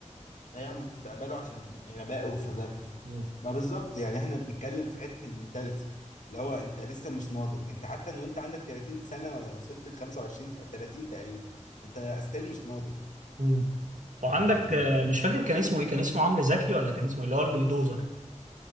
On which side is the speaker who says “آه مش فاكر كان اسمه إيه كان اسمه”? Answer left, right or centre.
Right